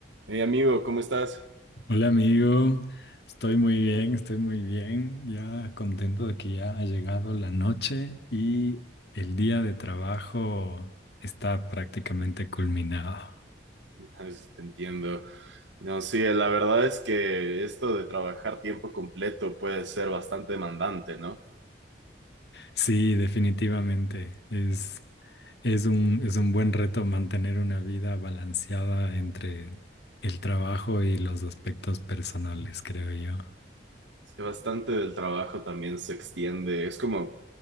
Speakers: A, on the right (about 80°); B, on the left (about 65°).
A: Hey amigo, ¿cómo estás?
B: Hola amigo, estoy muy bien, estoy muy bien, ya contento de que ya ha llegado la noche y el día de trabajo está prácticamente culminado.
A: Ah, sí, Te entiendo. No, sí, eh, la verdad es que esto de trabajar tiempo completo puede ser bastante demandante, ¿no?
B: Sí, definitivamente, es, es un, es un buen reto mantener una vida balanceada entre el trabajo y los aspectos personales, creo yo.
A: Es que bastante del trabajo también se extiende. Es como